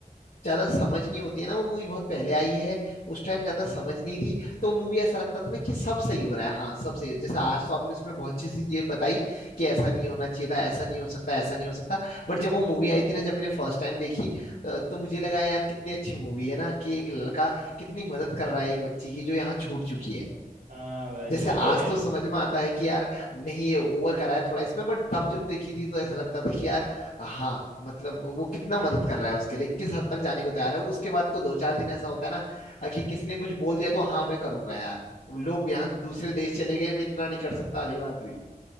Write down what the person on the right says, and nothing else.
हाँ भाई
वो तो
है